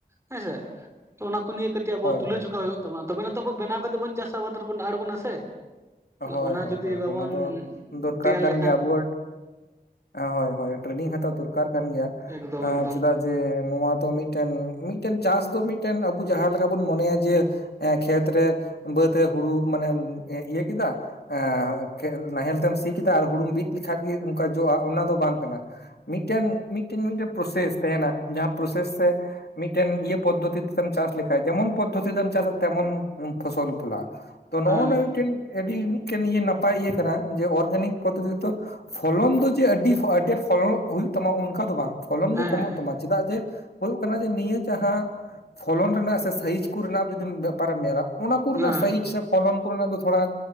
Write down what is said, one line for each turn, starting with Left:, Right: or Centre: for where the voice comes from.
Right: ᱦᱮᱸᱥᱮ ᱛᱚ ᱚᱱᱟ ᱠᱚ ᱱᱤᱭᱟᱹ ᱠᱟᱹᱴᱤᱡ ᱟᱵᱚ
Left: ᱦᱳᱭ
Right: ᱛᱩᱞᱟᱹ
Left: ᱦᱳᱭ
Right: ᱡᱚᱠᱷᱟ ᱦᱩᱭᱩᱜ ᱛᱟᱵᱱᱟ ᱛᱚᱵᱮ ᱱᱟ ᱛᱚ ᱟᱵᱚ ᱵᱮᱱᱟᱣ ᱠᱟᱛᱮ ᱵᱚᱱ ᱪᱟᱥ ᱟᱵᱟᱫ ᱨᱮᱵᱚᱱ ᱰᱟᱦᱟᱲ ᱵᱚᱱᱟ ᱥᱮ
Left: ᱦᱳᱭ
Right: ᱛᱟᱦᱞᱮ ᱚᱱᱟ
Left: ᱦᱳᱭ
Right: ᱡᱩᱫᱤ
Left: ᱦᱳᱭ
Right: ᱵᱟᱵᱚᱱ
Left: ᱚᱱᱟ ᱫᱚ ᱫᱚᱨᱠᱟᱨ
Right: ᱛᱮᱭᱟᱨ
Left: ᱠᱟᱱ
Right: ᱞᱮᱠᱷᱟᱱ
Left: ᱜᱮᱭᱟ ᱟᱵᱚᱣᱟᱜ ᱦᱳᱭ ᱦᱳᱭ ᱴᱨᱮᱱᱤᱝ ᱦᱟᱛᱟᱣ ᱫᱚᱨᱠᱟᱨ ᱠᱟᱱ ᱜᱮᱭᱟ
Right: ᱮᱠᱫᱚᱢ
Left: ᱮᱸ
Right: ᱮᱠᱫᱚᱢ
Left: ᱪᱮᱫᱟᱜ ᱡᱮ ᱡᱮ ᱱᱚᱣᱟ ᱫᱚ ᱢᱤᱫᱴᱮᱱ ᱢᱤᱫᱴᱮᱱ ᱪᱟᱥ ᱫᱚ ᱢᱤᱫᱴᱮᱱ ᱟᱵᱩ ᱡᱟᱦᱟᱸ ᱞᱮᱠᱟ ᱵᱩᱱ ᱢᱚᱱᱮᱭᱟ ᱡᱮ ᱮᱸ ᱠᱷᱮᱛ ᱨᱮ ᱵᱟᱹᱫᱽ ᱨᱮ ᱦᱩᱲᱩ ᱢᱟᱱᱮ ᱮᱸ ᱤᱭᱟᱹ ᱠᱮᱫᱟ ᱮᱸ ᱠᱷᱮ ᱱᱟᱦᱮᱞ ᱛᱮᱢ ᱥᱤ ᱠᱮᱫᱟ ᱟᱨ ᱦᱩᱲᱩᱢ ᱵᱤᱫ ᱞᱮᱠᱷᱟᱡ ᱜᱮ ᱚᱱᱠᱟ ᱡᱚᱜᱼᱟ ᱚᱱᱟ ᱫᱚ ᱵᱟᱝ ᱠᱟᱱᱟ᱾ ᱢᱤᱫᱴᱮᱱ ᱢᱤᱫᱴᱮᱱ ᱢᱤᱫᱴᱮᱱ ᱯᱟᱨᱚᱥᱮᱥ ᱛᱟᱦᱮᱱᱟ ᱡᱟᱦᱟᱸ ᱯᱚᱨᱚᱥᱮᱥ ᱢᱤᱫᱴᱮᱱ ᱤᱭᱟᱹ ᱯᱚᱫᱽᱫᱷᱚᱛᱤ ᱛᱮᱢ ᱪᱟᱥ ᱞᱮᱠᱷᱟᱡ ᱡᱮᱢᱚᱱ ᱯᱚᱫᱽᱫᱷᱚᱛᱤ ᱛᱮᱢ ᱪᱟᱥᱟ ᱛᱮᱢᱚᱱ ᱯᱷᱚᱥᱚᱞ ᱯᱷᱞᱟᱜᱼᱟ᱾ ᱛᱚ
Right: ᱦᱮᱸ
Left: ᱱᱚᱜᱼᱚᱭ ᱱᱚᱣᱟ ᱢᱤᱫᱴᱮᱱ ᱟᱹᱰᱤ ᱢᱤᱫᱴᱮᱱ ᱤᱭᱟᱹ ᱱᱟᱯᱟᱭ ᱤᱭᱟᱹ ᱠᱟᱱᱟ ᱡᱮ ᱚᱨᱜᱟᱱᱤᱠ ᱯᱚᱫᱽᱫᱷᱚᱛᱤ ᱛᱮᱫᱚ? ᱯᱷᱚᱞᱚᱱ ᱫᱚ ᱡᱮ ᱟᱹᱰᱤ ᱠᱷᱚᱡ ᱟᱹᱰᱤ ᱯᱷᱚᱞᱚᱱ ᱦᱩᱭᱩᱜ ᱛᱟᱢᱟ ᱚᱱᱠᱟ ᱫᱚ ᱵᱟᱝ ᱯᱷᱚᱞᱚᱱ
Right: ᱦᱮᱸ
Left: ᱫᱚ ᱠᱚᱢᱚᱜ ᱛᱟᱢᱟ᱾ ᱪᱮᱫᱟᱜ ᱡᱮ ᱦᱩᱭᱩᱜ ᱠᱟᱱᱟ ᱡᱮ ᱱᱤᱭᱟᱹ ᱡᱟᱦᱟᱸ ᱯᱷᱚᱞᱚᱱ ᱨᱮᱱᱟᱜ ᱥᱮ ᱥᱟᱭᱤᱡ ᱠᱚᱨᱮᱱᱟᱜ ᱡᱩᱫᱤᱢ ᱵᱮᱯᱟᱨ ᱮᱢ ᱧᱮᱞᱟ ᱚᱱᱟ ᱠᱚᱨᱮᱱᱟᱜ
Right: ᱦᱮᱸ
Left: ᱥᱟᱭᱤᱡ ᱥᱮ ᱯᱷᱚᱞᱚᱱ ᱠᱚᱨᱮᱱᱟᱜ ᱫᱚ ᱛᱷᱚᱲᱟ᱾